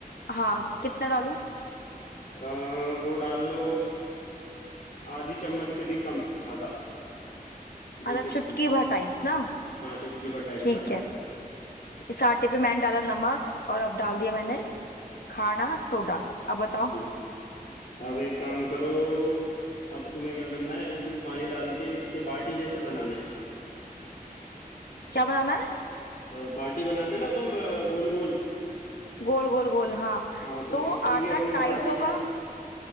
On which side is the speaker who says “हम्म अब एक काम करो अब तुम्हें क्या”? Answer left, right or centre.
Left